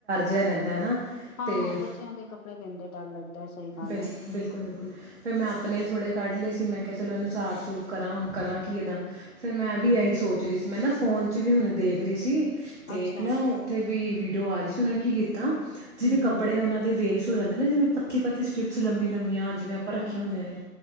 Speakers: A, on the right; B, on the left.
A: ਜਿਹਾ ਰਹਿੰਦਾ ਹੈ ਨਾ ਅਤੇ
B: ਹਾਂ ਬੱਚਿਆਂ ਦੇ ਕੱਪੜੇ ਦਿਨ ਦੇ ਡਰ ਲੱਗਦਾ ਸਹੀ ਗੱਲ
A: ਬਿਲਕੁਲ
B: ਹੈ
A: ਫਿਰ ਮੈਂ ਆਪਣੇ ਥੋੜੇ ਗਿੱਲੇ ਸੀ ਮੈਂ ਕਿਹਾ ਚਲੋ ਇਨੂੰ ਸਾਫ ਸੂਫ ਕਰਾ। ਕਰਾਂ ਕੀ ਇਨਾ
B: ਹਮ
A: ਫਿਰ ਮੈਂ ਵੀ
B: ਹਮ
A: ਇਹੀ
B: ਹਮ
A: ਸੋਚਦੀ ਸੀ ਮੈਂ ਨਾ ਫੋਨ ਚ ਵੀ ਹੁਣ ਦੇਖ ਰਹੀ ਸੀ। ਤੇ
B: ਅੱਛਾ
A: ਨਾ ਉਥੇ। ਦੀ ਵੀਡੀਓ ਆਰਹੀ ਉਨ੍ਹਾਂ ਨੇ ਕੇ ਜਿਵੇਂ
B: ਹਮ
A: ਕੱਪੜੇ
B: ਹਮ
A: ਉਹਨਾਂ ਦੇ ਵੇਸਟ <unintelligible> ਤੇ ਸਟ੍ਰਿਪਸ ਲੰਬੀ ਲੰਬੀਆਂ ਜਿਵੇਂ ਆਪਾਂ ਰੱਖੇ
B: ਹਮ
A: ਹੁੰਦੇ
B: ਹਮ
A: ਨੇ